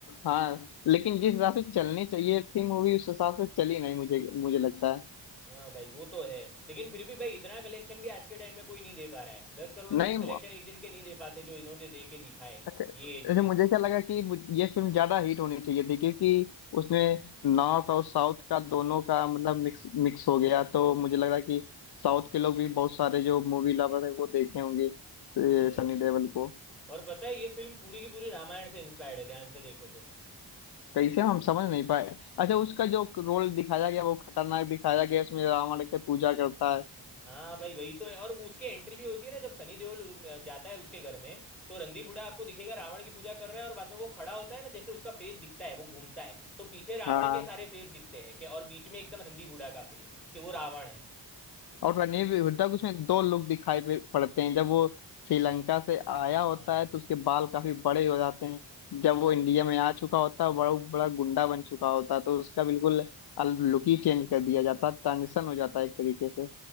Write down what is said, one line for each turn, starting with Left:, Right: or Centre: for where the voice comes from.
Left: हाँ लेकिन जिस हिसाब से चलनी चाहिए थी मूवी उस हिसाब से चली नहीं मुझे मुझे लगता है
Centre: हाँ भाई वो तो है लेकिन फिर भी भाई इतना कलेक्शन भी आज के टाइम में कोई नहीं दे पा रहा है दस करोड़
Left: नहीं
Centre: के भी कलेक्शन एक दिन के नहीं दे पाते जो इन्होंने दे के दिखाए
Left: अच्छा अच्छा,
Centre: ये एज में
Left: मुझे क्या लगा कि मु- ये फिल्म ज्यादा हिट होनी चाहिए थी क्योंकि उसमें नॉर्थ और साउथ का दोनों का मतलब मिक्स मिक्स हो गया तो मुझे लग रहा है कि साउथ के लोग भी बहुत सारे जो मूवी लवर है वो देखे होंगे स-
Centre: हाँ भाई
Left: सनी देओल को
Centre: और पता है ये फिल्म पूरी की पूरी रामायण से इंस्पायर्ड है ध्यान से देखो तो
Left: कैसे हम समझ नहीं पाए अच्छा उसका जो रोल दिखाया गया वो खतरनाक दिखाया गया उसमें रावण के पूजा करता है
Centre: हाँ भाई वही तो है और वो उसकी एंट्री भी होती है ना जब सनी देओल अ, जाता है उसके घर में तो रंदी बूढ़ा आपको दिखेगा रावण की पूजा कर रहा है और बाद में वो खड़ा होता है ना जैसे उसका फेस दिखता है वो घूमता है तो पीछे रावण
Left: हाँ
Centre: के सारे फेस दिखते हैं कि और बीच में एकदम रंदी बूढ़ा का फेस कि वो रावण है
Left: और रणवीर हुड्डा को उसमें दो लुक दिखाई पे- पड़ते हैं जब वो श्रीलंका से आया होता
Centre: हाँ
Left: है तो उसके बाल काफी बड़े हो जाते हैं जब वो इंडिया में आ चुका होता है बड़ा बड़ा गुंडा बन चुका होता है तो उसका बिल्कुल लुक ही चेंज कर दिया जाता है ट्रांजिशन हो जाता है एक तरीके से